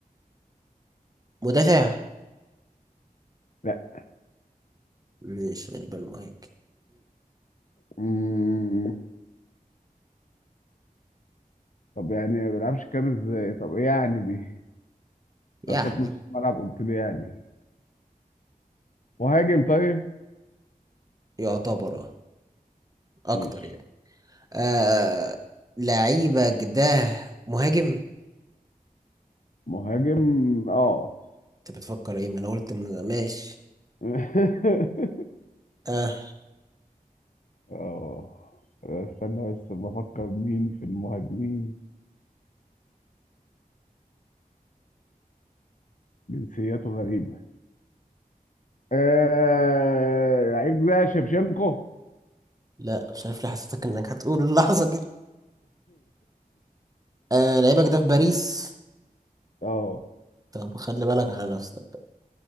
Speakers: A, on the right (about 25°); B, on the left (about 60°).
A: مدافع
B: لا
A: مش غالبا مهاجم
B: مم. طب يعني ما بيلعبش كام ازاي طب ايه يعني دي
A: يعني
B: قلتلك نص ملعب قلت لي يعني مهاجم طيب
A: يعتبر آه، اكتر
B: ماشي
A: يعني آه لعيبك ده مهاجم
B: مهاجم اه
A: انت بتفكر ايه ما انا قلت م- ماشي
B: <laughs>
A: اه
B: اه استنى بس بفكر مين في المهاجمين جنسيته غريبة آه... لعيب ده شevchenko
A: لا مش عارف ليه حسيتك انك هتقول اللحظة كده آه لعيبك ده في باريس
B: <laughs> اه
A: طب خلي بالك على نفسك بقى